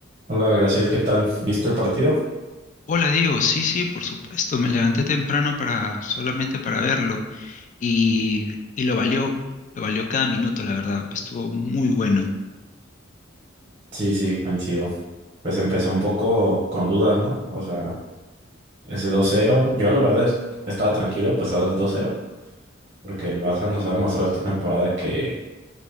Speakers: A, on the right; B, on the left.
A: Hola, Graciel, ¿qué tal? ¿Viste el partido?
B: Hola Diego, sí, sí, por supuesto, me levanté temprano para solamente para verlo y, y lo valió, lo valió cada minuto, la verdad, estuvo muy bueno.
A: Sí, sí, coincido. Pues empezó un poco con dudas, ¿no? O sea, ese dos cero, yo la verdad es- estaba tranquilo, pues ahora el dos cero, porque el Barça nos ha demostrado esta temporada que,